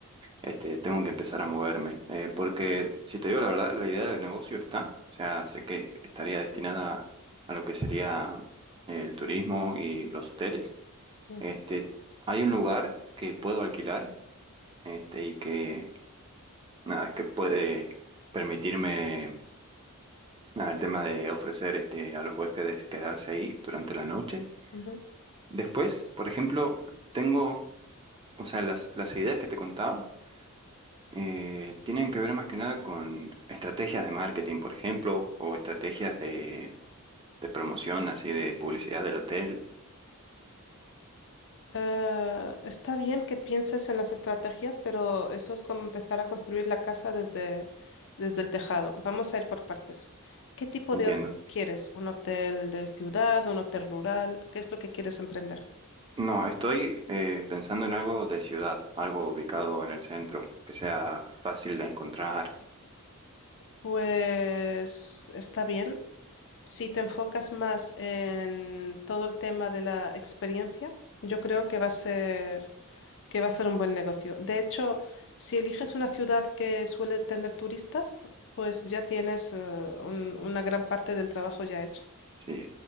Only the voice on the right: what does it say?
este, tengo que empezar a moverme. Eh, porque, si te digo la verdad, la idea del negocio está. O sea, sé que estaría destinada a lo que sería el turismo y los hoteles.
Este, hay un lugar que puedo alquilar, este, y que, nada, que puede permitirme, nada, el tema de ofrecer, este, a los huéspedes quedarse ahí durante la noche.
Después, por ejemplo, tengo, o sea, las, las ideas que te contaba. eh, tienen que ver más que nada con estrategias de marketing, por ejemplo, o estrategias de, de promoción, así de publicidad del hotel.
Entiendo.
No, estoy eh, pensando en algo de ciudad, algo ubicado en el centro, que sea fácil de encontrar.
Sí,